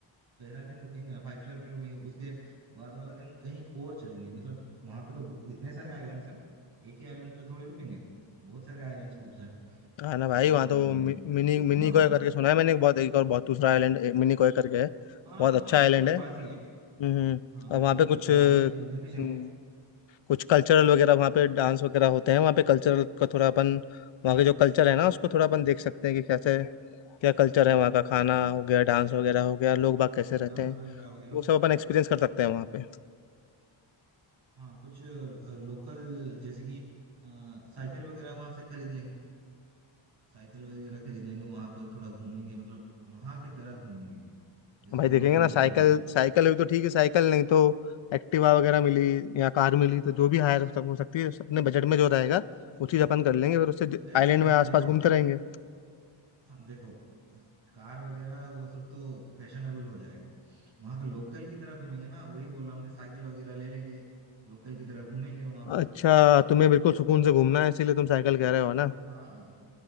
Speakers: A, on the right (about 60°); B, on the left (about 70°).
A: पहला दिन रुकेंगे ना फाइव स्टार में रुकेंगे उसके बाद वाला दिन कहीं और चलेंगे मतलब वहां पे तो इतने सारे आइलैंड्स हैं एक ही आइलैंड पे थोड़ी रुकेंगे बहुत सारे आइलैंड्स ग्रुप्स हैं
B: हाँ ना भाई
A: मतलब
B: वहाँ
A: अम,
B: तो मि- मिनी
A: वो
B: मिनी
A: हाँ
B: कोय करके सुना है मैंने एक बहुत एक और बहुत दूसरा आइलैंड मिनी कोय करके है
A: हाँ
B: बहुत
A: हाँ
B: अच्छा
A: हाँ उसके
B: आइलैंड है
A: पास ही है
B: हम्म
A: हाँ लक्षद्वीप
B: और वहाँ पे कुछ
A: के पास
B: हम्म,
A: ही है उधर भी चलेंगे
B: कुछ कल्चरल वगैरह वहाँ पे डांस वगैरह होते हैं वहाँ पे कल्चरल का थोड़ा अपन वहाँ के जो कल्चर है ना उसको थोड़ा अपन देख सकते हैं कि कैसे क्या कल्चर है वहाँ का खाना हो गया डांस वगैरह हो गया लोग बाग
A: हाँ
B: कैसे रहते
A: डांस
B: हैं
A: वगैरह हो गया
B: वो सब अपन एक्सपीरियंस कर सकते हैं वहाँ पे
A: हाँ कुछ लोकल जैसे कि अ, साइकिल वगैरह वहां से खरीद लेंगे साइकिल वगैरह खरीद लेंगे वहां पे थोड़ा घूमेंगे मतलब वहां की तरह घूमेंगे जैसे
B: भाई
A: कि वहाँ
B: देखेंगे
A: के
B: ना
A: लोकल
B: साइकिल
A: हैं
B: साइकिल हुई तो ठीक है साइकिल नहीं तो एक्टिवा वगैरह मिली या कार मिली तो जो भी हायर हो सकती है अपने बजट में जो रहेगा वो चीज़ अपन कर लेंगे फिर उससे
A: अरे
B: आइलैंड
A: भाई
B: में आसपास
A: देखो
B: घूमते रहेंगे
A: देखो कार वगैरह वो सब तो फैशनेबल हो जाएगा वहाँ का लोकल की तरह घूमेंगे ना वही बोल रहा हूँ मैं साइकिल वगैरह ले लेंगे लोकल की तरह घूमेंगे वहाँ पे
B: अच्छा तुम्हें बिल्कुल सुकून से घूमना है इसीलिए तुम साइकिल कह रहे हो ना
A: हाँ